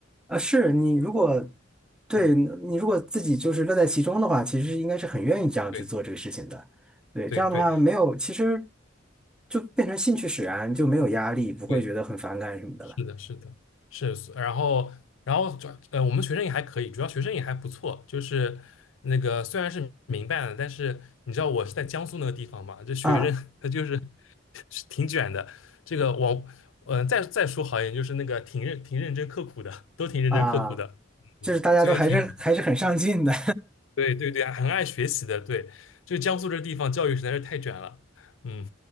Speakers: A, in the centre; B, on the left.
A: 啊，是你如果对你如果自己就是乐在其中的话，
B: 嗯，
A: 其实应该是很愿意这样去做这个事情的。
B: 对，
A: 对，
B: 对，
A: 这样的话没有，
B: 对，
A: 其实就变成兴趣使然，就没有压力，不会觉得很反感什么的了。
B: 对。是的，是的，是，然后，然后主要呃，我们学生也还可以，主要学生也还不错，就是那个虽然是民办的，但是你知道我是在江苏那个地方嘛，这学生
A: 啊
B: <laughs> 他就是 <laughs> 是挺卷的。这个我，呃，再再说好一点，就是那个挺认挺认真刻苦的，都挺认真刻苦的，
A: 啊，就是大家都还是还是很上进的。
B: 嗯，所以挺好的。对对对，很爱学习的，对，就江苏这地方教育实在是太卷了，嗯。